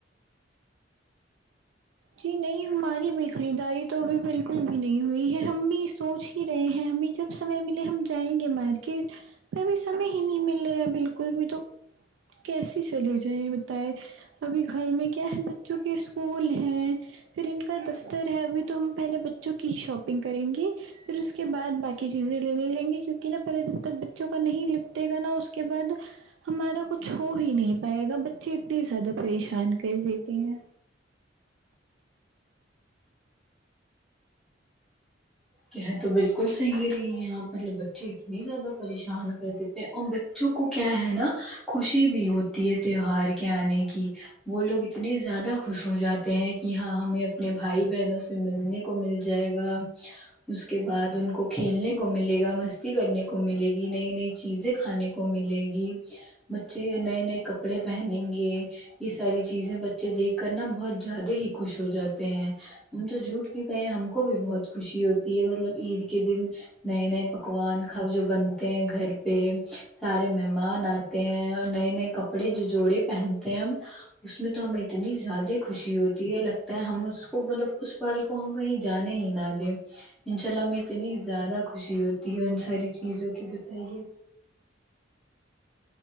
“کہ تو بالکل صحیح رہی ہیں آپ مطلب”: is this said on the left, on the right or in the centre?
Centre